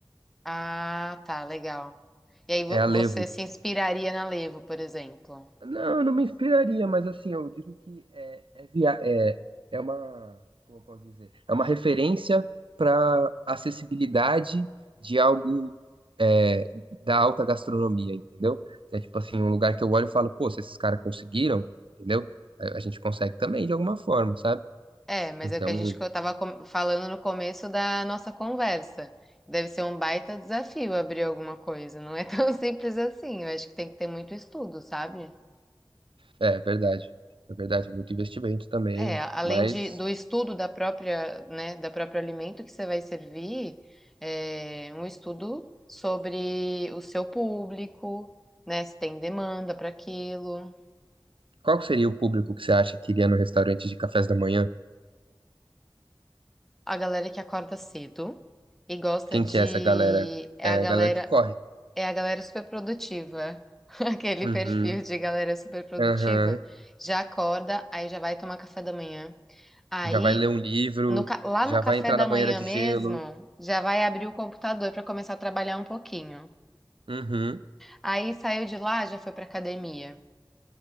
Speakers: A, in the centre; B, on the right (about 80°).
A: Ah, tá, legal. E aí vo-
B: é a Levo.
A: você se inspiraria na Levo, por exemplo.
B: Não, não me inspiraria, mas assim, eu digo que é, é, via- é, é uma, como eu posso dizer, é uma referência para acessibilidade de algo é, da alta gastronomia, entendeu? É tipo assim, um lugar que eu olho e falo, pô, se esses caras conseguiram, entendeu? A, a gente consegue também de alguma forma, sabe?
A: É, mas
B: Então,
A: é o que a gente co- tava com- falando no começo da nossa conversa. Deve ser um baita desafio abrir alguma coisa. Não é <laughs> tão simples assim. Eu acho que tem que ter muito estudo, sabe?
B: é é verdade, é verdade, é muito investimento também,
A: É, a- além
B: mas
A: de, do estudo da própria, né, da próprio alimento que você vai servir, é um estudo sobre o seu público, né, se tem demanda para aquilo.
B: qual que seria o público que você acha que iria no restaurante de cafés da manhã?
A: a galera que acorda cedo e gosta
B: Quem
A: de
B: que é essa galera?
A: é
B: É
A: a galera
B: a galera que corre.
A: é a galera super produtiva. <laughs> Aquele
B: Uhum,
A: perfil de galera super produtiva
B: aham.
A: já acorda, aí já vai tomar café da manhã. Aí
B: Já vai ler um livro,
A: no ca- lá
B: já
A: no café
B: vai entrar
A: da
B: na banheira
A: manhã
B: de
A: mesmo,
B: gelo.
A: já vai abrir o computador para começar a trabalhar um pouquinho.
B: Uhum.
A: Aí saiu de lá, já foi para academia.